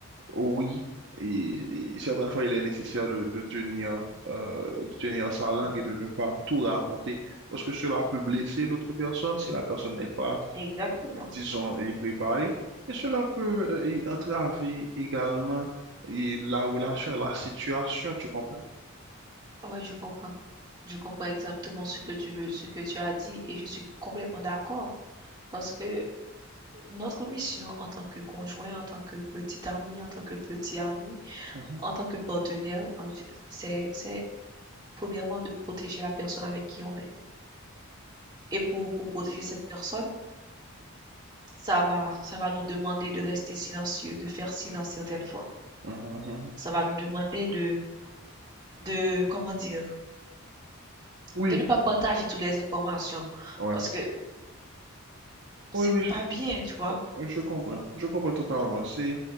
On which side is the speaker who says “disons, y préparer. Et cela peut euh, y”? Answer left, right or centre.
Right